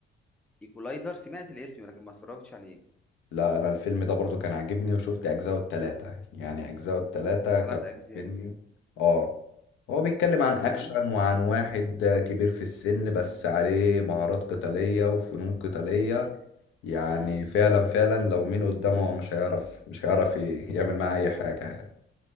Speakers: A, in the centre; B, on the left.
A: ايكولايزر سمعت الاسم لكن ما اتفرجتش عليه
B: لا انا الفيلم ده برضو كان عاجبني وشفت اجزاءه التلاتة يعني اجزاءه التلاتة كانوا
A: ثلاث اجزاء
B: عاجبني اه هو بيتكلم عن اكشن
A: تمام
B: وعن واحد كبير في السن بس عليه مهارات قتالية وفنون قتالية
A: مم.
B: يعني
A: مم.
B: فعلا فعلا لو مين قدامه مش هيعرف مش هيعرف ي- يعمل معاه اي حاجة يعني.